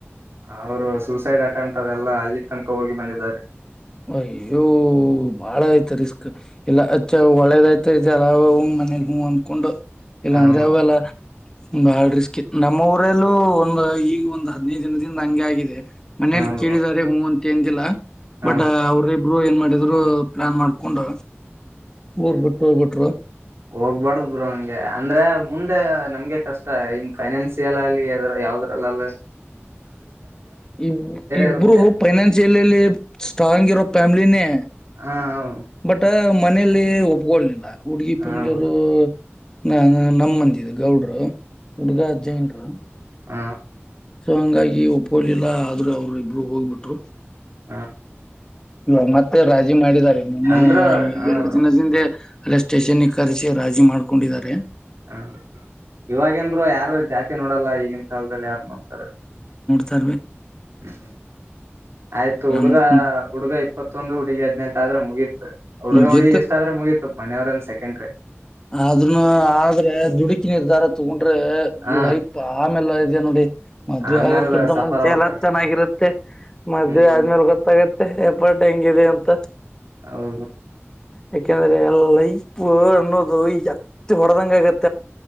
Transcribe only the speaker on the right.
ಅವರು ಸೂಸೈಡ್ ಅಟೆಂಪ್ಟ್ ಅದೆಲ್ಲಾ ಅಲ್ಲಿ ತನಕ ಹೋಗಿ ಬಂದಿದ್ದಾರೆ
ಹಾ
ಬ್ರೋ
ಹಾ ಬ್ರೋ
ಹಾ
ಬ್ರೋ
ಹೋಗ್ಬಾರ್ದ್ ಬ್ರ ಹಂಗೆ ಅಂದ್ರೆ ಮುಂ ನಮ್ಗೆ ಕಷ್ಟ ಇನ್ ಫೈನಾನ್ಸಿಯಲ್ ಅಲ್ಲಿ ಅ್ರ ಯಾವದ್ರಲ್ಲ ಅಲ್
ಇರುತ್ತೆ
ಹಾ ಹೌದು
ಹಾ ಹಾ ಬ್ರೋ
ಹ್ಮ
ಹ್ಮ
ಅಂದ್ರ ಹ
ಬ್ರೋ
ಹ್ಮ ಇವಾಗೇನ್ರು ಯಾರು ಜಾತಿ ನೋಡಲ್ಲ ಈಗಿನ ಕಾಲದಲ್ಲಿ ಯಾರು ನೋಡ್ಂತಾರ
ಹ್ಮ್ ಆಯ್ತು ಹುಡುಗ
ಹುಡುಗ ಇಪ್ಪತ್ತೊಂದು ಹುಡುಗಿ ಹದ್ನೆೆಂಟ ಆದ್ರೆ ಮುಗಿ ಹುಡ್ಗ
ಹುಗ ಎಷ್ಟ ಆದ್ರೆಗಿತತ್ತು ಮನೆಯವ್ರನ್ ಸೆಕೆಂಡ್ರೆ
ಹ
ಆಮೇಲೆ
ಸಫರ್
ಆಗ್ಬೇಕಾಗತ್
ಬ್ರೋ
ಹ್ಮ್
ಹೌ